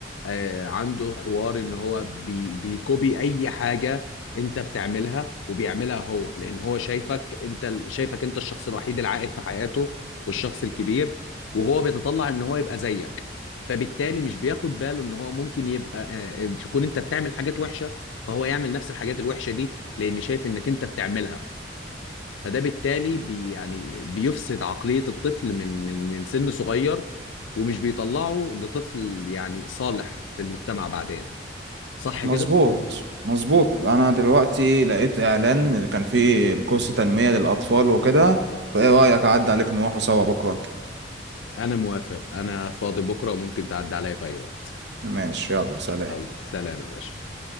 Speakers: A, on the left; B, on the right.
A: آه، عنده حوار ان هو بي بيكوبي اي حاجه انت بتعملها وبيعملها هو لان هو شايفك انت ال- شايفك انت الشخص الوحيد العاقل في حياته والشخص الكبير وهو بيتطلع ان هو يبقى زيك فبالتالي مش بياخد باله ان هو ممكن يبقى آه، تكون انت بتعمل حاجات وحشه فهو يعمل نفس الحاجات الوحشه دي لان شايف انك انت بتعملها فده بالتالي بي يعني بيفسد عقلية الطفل من من من سن صغير ومش بيطلعه لطفل يعني صالح في المجتمع بعدين صح
B: مظبوط
A: كده؟
B: مظبوط انا دلوقتي لقيت اعلان كان فيه الكورس تنمية للاطفال وكده فايه رايك اعدي عليك نروحوا سوا بكره
A: أنا موافق أنا فاضي بكرة وممكن تعدي عليا في أي وقت
B: ماشي يلا سلام
A: يلا سلام يا باشا